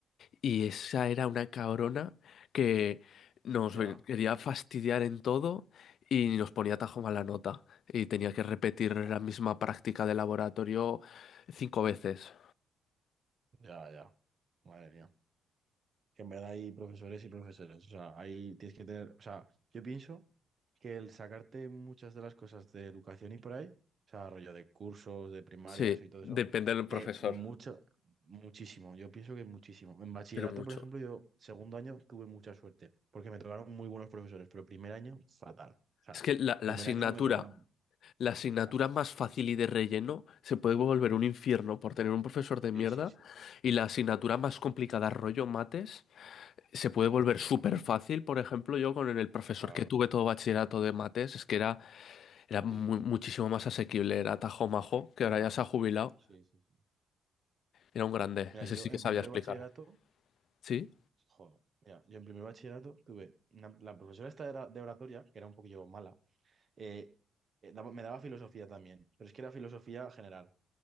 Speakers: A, on the left; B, on the right.
A: y esa era una cabrona que nos
B: ya,
A: ven- quería fastidiar en todo y nos ponía tajo mala nota, y tenía que repetir
B: jo,
A: la misma práctica de laboratorio cinco veces.
B: ya, ya, madre mía. Que en verdad hay profesores y profesores, o sea, ahí tienes que tener, o sea, yo pienso... que el sacarte muchas de las cosas de educación y por ahí, o sea, rollo de cursos, de primaria,
A: Sí,
B: eso y todo
A: depende
B: eso,
A: del profesor,
B: eh, mucho, muchísimo, yo pienso que muchísimo. En bachillerato,
A: pero mucho.
B: por ejemplo, yo segundo año tuve mucha suerte, porque me tocaron muy buenos profesores, pero primer año, fatal. O sea,
A: Es que la, la
B: primer
A: asignatura,
B: año me tocaron...
A: la asignatura
B: ah,
A: más fácil y de relleno se puede volver un infierno por tener un profesor de mierda
B: Sí, sí, sí, sí,
A: y la asignatura más complicada, rollo mates, se puede
B: sí,
A: volver
B: tal cual,
A: súper fácil. Por ejemplo, yo con el profesor
B: claro,
A: que tuve todo bachillerato de mates, es que era, era mu-
B: sí,
A: muchísimo más asequible, era Tajo Majo, que
B: es
A: ahora
B: una
A: ya
B: locura.
A: se ha jubilado,
B: Sí, sí, sí.
A: era un grande,
B: Mira,
A: ese
B: yo
A: sí que
B: en
A: sabía
B: primero
A: explicar.
B: de bachillerato,
A: ¿Sí?
B: joder, mira, yo en primero de bachillerato tuve una- la profesora esta de, la- de oratoria, que era un poquillo mala, Eh, eh, daba- me daba filosofía también, pero es que era filosofía general.